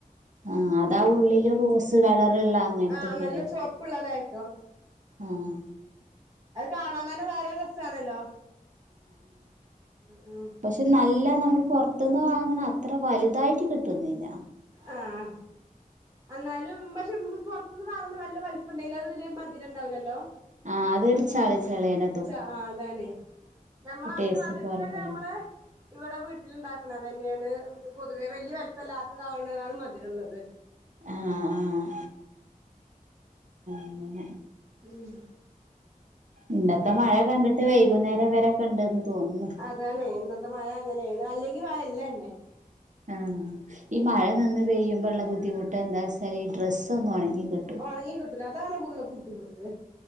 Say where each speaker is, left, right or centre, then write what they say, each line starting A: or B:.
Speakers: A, on the right (about 55°); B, on the right (about 25°).
A: ആഹ്. അതാ ഉള്ളില് റോസ് കളറ്ള്ള അങ്ങനത്തൊക്കെ
B: ആഹ് നല്ല
A: വര
B: ചുവപ്പുള്ളതായിരിക്കും
A: ആഹ്
B: അഹ് കാണാതന്നെ വേറെ രസാണല്ലോ. ഉം ഉം
A: ക്ഷെ നല്ല നമ്മള് പൊറത്ത്ന്ന് വാങ്ങണ അത്ര വലുതായിട്ട് കിട്ടൊന്നില്ല.
B: ആഹ് അന്നാലും പശേ പുറത്തുന്ന് വാങ്ങുന്ന വല്ല വലിപ്പം ണ്ടെങ്കിലും അത് വല്യ മധുരണ്ടാവൂല്ലല്ലോ?
A: ആഹ് അതൊരു ചളി ചളിയേന
B: ച ആഹ് അതാണ്. നമ്മളെ
A: ടേസ്റ്റ്
B: അതിന് മധുരത്തിനല്ലേ
A: കുറവാണ്
B: നമ്മള്. ഇവിടെ വീട്ടില് ണ്ടാക്കണതന്നെയാണ്. പൊതുവേ വലിയ വലിപ്പല്ലാത്തതാവുണതാണ് മതിരള്ളത്.
A: ആഹ് ആഹ് അങ്ങനെ
B: ഉം
A: ഇന്നത്തെ മഴ കണ്ടിട്ട് വൈകുന്നേരം വരെ ക്കെ ണ്ട്ന്ന് തോന്നുന്നു.
B: താണ്. ഇന്നത്തെ മഴ അങ്ങനെയാണ്. അല്ലെങ്കി മഴ ഇല്ലന്നെ.
A: ആഹ് ഈ മഴ നിന്ന് പെയ്യുമ്പോ ള്ള ബുദ്ധിമുട്ട് ന്താ വെച്ചാല് ഈ ഡ്രസ്സ് ന്നും ഒണങ്ങി കി
B: ഒണങ്ങി കിട്ടൂല. അതാണ്ള്ള ബുദ്ധിമുട്ട്.